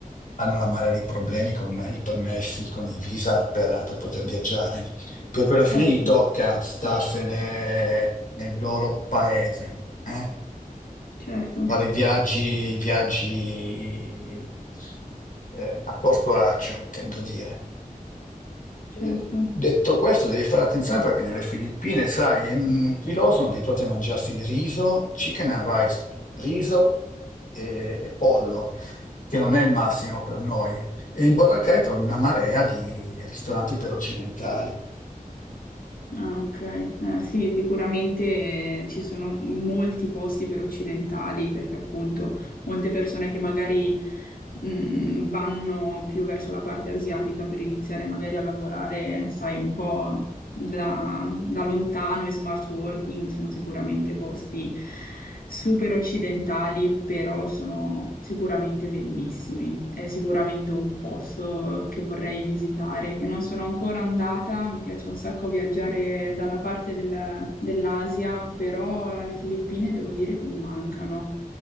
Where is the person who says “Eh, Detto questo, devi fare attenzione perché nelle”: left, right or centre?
Left